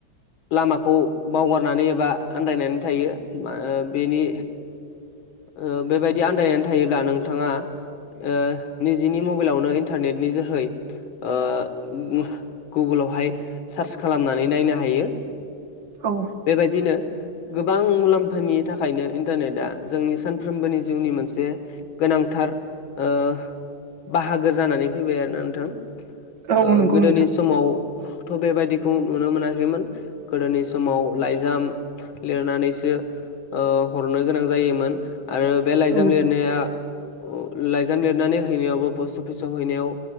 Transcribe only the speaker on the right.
औ।
औ
नंगौ
नोंथां
औ